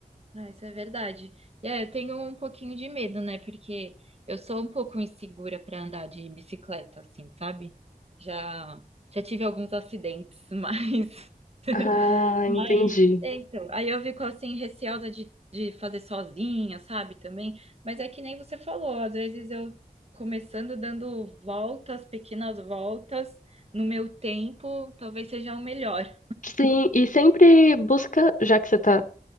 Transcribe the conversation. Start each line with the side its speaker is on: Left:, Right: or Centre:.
Right: Ah, isso é verdade. E É, eu tenho um pouquinho de medo, né? Porque eu sou um pouco insegura para andar de bicicleta, assim, sabe? Já, já tive alguns acidentes, mas.
Left: Ah,
Right: <laughs> mas-
Left: entendi.
Right: é, Então, aí eu fico assim, receosa de, de fazer sozinha, sabe? Também. Mas é que nem você falou, às vezes eu começando dando voltas, pequenas voltas, no meu tempo, talvez seja o melhor.
Left: Sim, e sempre busca, já que você tá